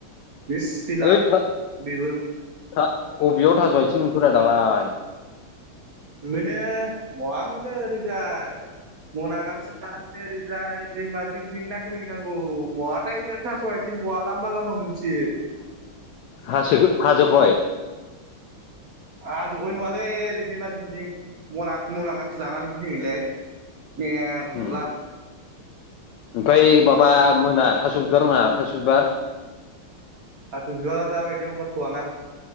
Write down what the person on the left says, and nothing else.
ओइ था
था अबेयाव थास' आथिं मोनखोरा दालाय
हासो हाजोखय?
उम ओमफ्राय माबा मोना थास' बिबार मोना थास' बिबार